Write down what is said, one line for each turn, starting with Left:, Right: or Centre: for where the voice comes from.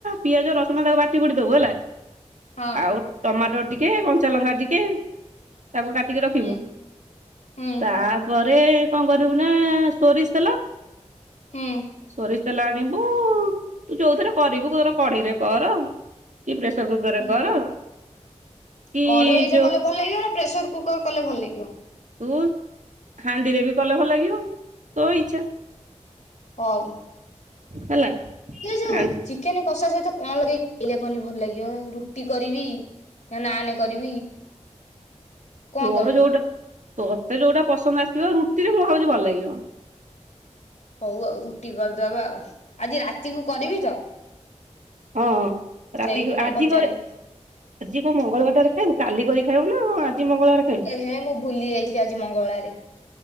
Right: ପିଆଜ ରସୁଣ ତାକୁ ବାଟି ବୁଟି ଦବୁ ହେଲା
Left: ହଁ
Right: ଆଉ ଟମାଟୋର ଟିକେ କଞ୍ଚାଲଙ୍କା ଟିକେ ତାକୁ କାଟିକି ରଖିବୁ
Left: ହୁଁ ହୁଁ
Right: ତା ପରେ କଣ କରିବୁ ନା ସୋରିଷ ତେଲ
Left: ହୁଁ।
Right: ସୋରିଷ ତେଲ ଆଣିବୁ ତୁ ଯୋଉଥିରେ କରିବୁୁ ତୋର କଡେଇରେ କର କି ପ୍ରେସର କୁକର ରେ
Left: ହୁଁ
Right: କର କି
Left: କଢେଇରେ
Right: ଯୋଉ
Left: କଲେ ଭଲ ଲାଗିବ ନା ପ୍ରେସର କୁକର କଲେ ଭଲ ଲାଗିବ।
Right: ତୁ ହାଣ୍ଡିରେ ବି କଲେ ଭଲ ଲାଗିବ ତୋ ଇଛା।
Left: ହଉ।
Right: ହେଲା।
Left: ସେଇ ଯୋଉ
Right: ଆ
Left: ଚିକେନ କଷା ସହିତ କଣ ଲଗେଇକି ଖାଇଲେ କହନି ଭଲ ଲାଗିବ ରୁଟି କରିବି ନା ନାନେ କରିବି? କଣ
Right: ତୋର
Left: କଲେ?
Right: ଯୋଉଟା ତୋତେ ଯୋଉଟା ପସନ୍ଦ ଆସିବ ରୁଟିରେ ମୁଁ ଭାବଛି ଭଲ ଲାଗିବ।
Left: ହଉ ଆଉ ରୁଟି କରିଦବା ଆଉ ଆଜି ରାତିକୁ କରିବି ତ।
Right: ହଁ ରାତିକୁ
Left: ସେଇଥିପାଇଁ
Right: ଆଜି
Left: ପଚାରିଲି
Right: କ ଆଜି କଣ ମଙ୍ଗଳବାରଟାରେ ଖାଇବୁ କାଲି କରି ଖାଇବୁ ନା ଆଜି ମଙ୍ଗଳବାରେ
Left: ଏ ହେ ମୁଁ ଭୁଲି ଯାଇଥିଲି ଆଜି ମଙ୍ଗଳାରେ